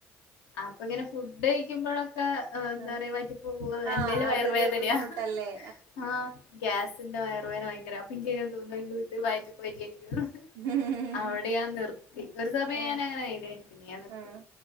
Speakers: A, on the left (about 85°); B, on the right (about 75°).
A: അപ്പൊങ്ങനെ ഫുഡ് കഴിക്കുമ്പോഴൊക്കെ ആ എന്താ
B: ആഹ്
A: പറയ വയ്റ്റിപോവോ,
B: ആഹ്
A: അല്ലേലെ
B: അതൊരു
A: വയറുവേദനയാ
B: ബുദ്ധിമുട്ടല്ലേ
A: ആഹ് ഗ്യാസിന്റെ വയർവേന ഭയങ്കര അപ്പൻക്കിങ്ങനെ തോന്നും. അയ്യോ ത് വയിറ്റി പോയിട്ടായിരിക്കും
B: ഉം
A: അവിടെ ഞാൻ നിർത്തി. ഒരു സമയം
B: ആഹ്
A: ഞാൻ അങ്ങനെ ആയത് പിന്നെ ഞാൻ നിർത്തി
B: ആഹ്